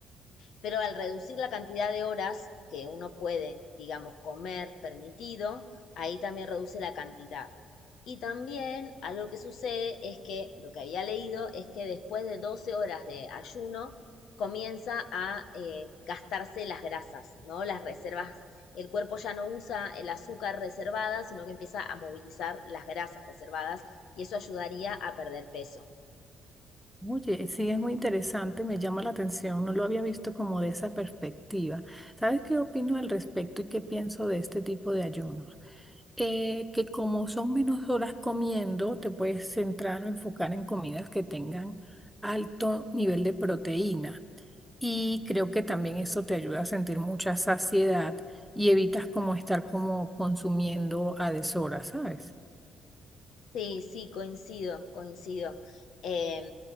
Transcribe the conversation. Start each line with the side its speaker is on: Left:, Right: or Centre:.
Left: Pero al reducir la cantidad de horas que uno puede, digamos, comer permitido, ahí también reduce la cantidad. Y también algo que sucede es que lo que había leído es que después de 12 horas de ayuno comienza a eh, gastarse las grasas, ¿no? Las reservas. El cuerpo ya no usa el azúcar reservada, sino que empieza a movilizar las grasas reservadas y eso ayudaría a perder peso.
Centre: Oye, sí, es muy interesante, me llama la atención, no lo había visto como de esa perspectiva. ¿Sabes qué opino al respecto y qué pienso de este tipo de ayunos? eh, que como son menos horas comiendo, te puedes centrar o enfocar en comidas que tengan alto nivel de proteína. Y creo que también eso te ayuda a sentir mucha saciedad y evitas como estar como consumiendo a deshora, ¿sabes?
Left: Sí, sí, coincido, coincido. Eh,